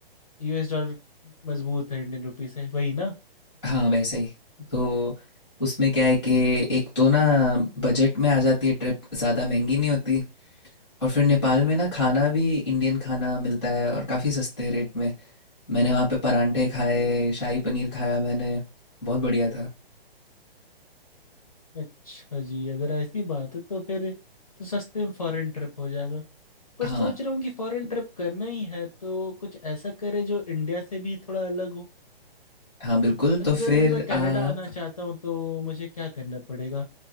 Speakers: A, on the left; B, in the centre.
A: यूएस डॉलर मजबूत है इंडियन रुपी से वही ना
B: हाँ वैसे ही तो उसमें क्या है कि एक तो ना बजट में आ जाती है ट्रिप ज़्यादा महंगी नहीं होती और फिर नेपाल में ना खाना भी इंडियन खाना मिलता है और काफ़ी सस्ते रेट में मैंने वहाँ पे परांठे खाए शाही पनीर खाया मैंने बहुत बढ़िया था
A: अच्छा जी अगर ऐसी बात है तो फिर तो सस्ते में फॉरेन ट्रिप हो जाएगा पर
B: हाँ
A: सोच रहा हूँ कि फॉरेन ट्रिप करना ही है तो कुछ ऐसा करे जो इंडिया से भी थोड़ा अलग हो
B: हाँ बिल्कुल
A: अगर
B: तो फिर
A: मैं कनाडा
B: आप
A: आना चाहता हूँ तो मुझे क्या करना पड़ेगा